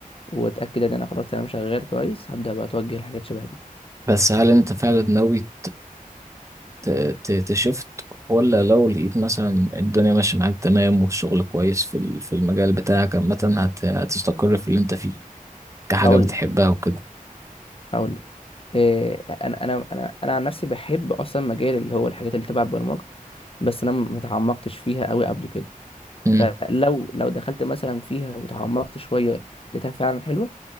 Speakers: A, on the left; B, on the right.
A: واتاكد ان انا خلاص انا شغال كويس هبدا بقى اتوجه لحاجات شبه دي
B: بس هل أنت فعلا ناوي ت- ت- تشفت ولا لو لقيت مثلا الدنيا ماشية معاك تمام والشغل كويس في ال- في المجال بتاعك عامة هت- هتستقر في اللي انت فيه كحاجة
A: هقول
B: بتحبها
A: لك
B: وكده
A: هقول لك إيه انا انا انا انا عن نفسي بحب اصلا مجال اللي هو الحاجات اللي تبع البرمجه بس انا ما اتعمقتش فيها قوي قبل كده
B: مم.
A: فلو لو دخلت مثلا فيها وتعمقت شويه لقيتها فعلا حلوه